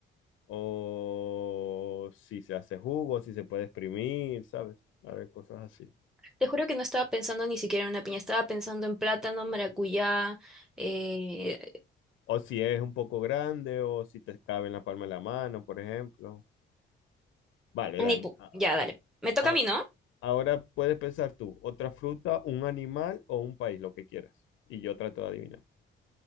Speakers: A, on the left; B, in the centre.
A: o si se hace jugo, si se puede exprimir, ¿sabes? A ver, cosas así.
B: Te juro que no estaba pensando ni siquiera en una piña. Estaba pensando en plátano, maracuyá. eh,
A: O si es un poco grande, o si te cabe en la palma de la mano, por ejemplo. Vale, Dani.
B: ni pu-
A: a-
B: ya, dale. Me toca
A: a-
B: a mí, ¿no?
A: Ahora puedes pensar tú, otra fruta, un animal o un país, lo que quieras. Y yo trato de adivinar.